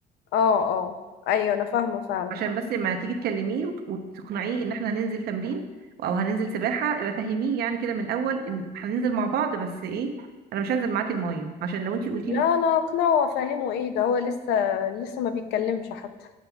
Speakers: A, on the left; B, on the right.
A: اه اه ايوه انا فاهمة فعلا
B: عشان بس لما تيجي تكلميه وت- وتقنعيه ان احنا هننزل تمرين او هننزل سباحه ابقى فهميه يعني كده من الاول ان هننزل مع بعض بس ايه انا مش هنزل معاكي الميه عشان لو انتي قلتي
A: لا
B: له
A: انا اقنعه وافهمه ايه ده هو لسه لسه ما بيتكلمش حتى